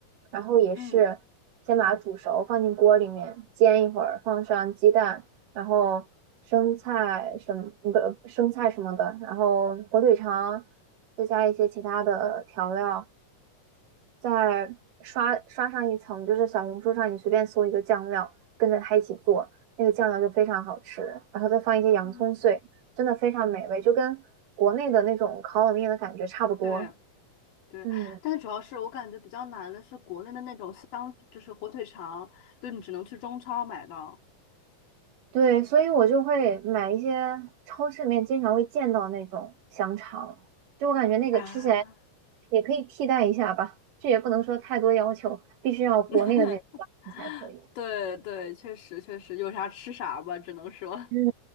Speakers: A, on the right (about 80°); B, on the left (about 80°).
A: 然后也是先把它煮熟，
B: 嗯
A: 放进锅里面煎一会儿，放上鸡蛋，然后生菜什么，不，生菜什么的，然后火腿肠，再加一些其他的调料，再刷刷上一层，就是小红书上你随便搜一个酱料，跟着它一起做，那个酱料就非常好吃，然后再放一些洋葱碎，
B: 嗯，
A: 真的非常美味，就跟国内的那种烤冷面的感觉差不多。
B: 对对，
A: 嗯，
B: 但是主要是我感觉比较难的是国内的那种香，就是火腿肠，就你只能去中超买到
A: 对，所以我就会买一些超市里面经常会见到那种香肠，就我感觉那个吃起来
B: 啊。
A: 也可以替代一下吧，这也不能说太多要求，必须要国内的那种香肠才可以。
B: <laughs> 对对，确实确实，有啥吃啥吧，只能说，
A: 嗯，